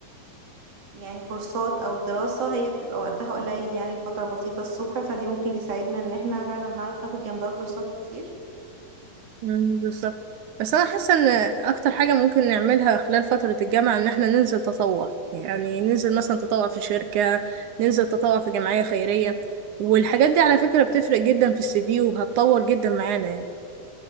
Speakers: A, on the right (about 45°); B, on the right (about 70°).
A: يعني كورسات أو دراسة هي بتبقى وقتها قليل يعني الفترة بسيطة الصبح فدي ممكن يساعدنا إن احنا فعلا نعرف ناخد جنبها كورسات كتير
B: مم، بالظبط بس انا حاسه ان اكتر حاجه ممكن نعملها خلال فتره الجامعه ان احنا ننزل تطوع يعني ننزل مثلا تطوع في شركه ننزل تطوع في جمعيه خيريه والحاجات دي على فكره بتفرق جدا في السي في وهتطور جدا معانا يعني